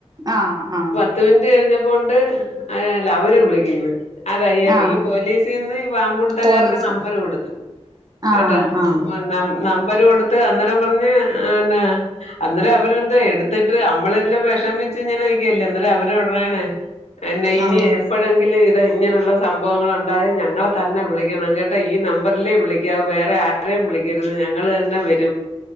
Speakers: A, on the right; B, on the left.
A: ആഹ് ആഹ്
B: പത്ത് മിനിറ്റ് കഴിഞ്ഞപ്പോണ്ട് അയ ലവര് വിളിക്കുന്ന് അതാ അയ്യൊ
A: ആഹ്
B: ഈ പോലീസീന്ന് ഈ പാമ്പു പിടുത്തക്കാർക്ക്
A: പോലീസ്
B: നമ്പര് കൊട്ത്ത്
A: ആഹ്
B: കേട്ടാ
A: ആഹ്
B: നം നമ്പര് കൊടുത്ത് അന്നെരം പറഞ്ഞ് ആ നാ അന്നെരം അവരെന്തെ എടുത്തിട്ട് നമ്മളെല്ലാം വിഷമിച്ച് ഇങനെ നിക്കല്ലേ അന്നെരം അവര് പറയാണെ പെണ്ണെ ഇനിയെ
A: ആഹ് ആഹ്
B: എപ്പോഴെങ്കിലും ഇത് ഇങ്ങനൊള്ള സംഭവങ്ങളൊണ്ടായ ഞങ്ങള തന്നെ വിളിക്കണം കേട്ടൊ ഈ നമ്പറിലേ വിളിക്കാവുവേറെ നമ്പ ആരെയും വിളിക്കരുത് ഞങ്ങൾ തന്നെ വരും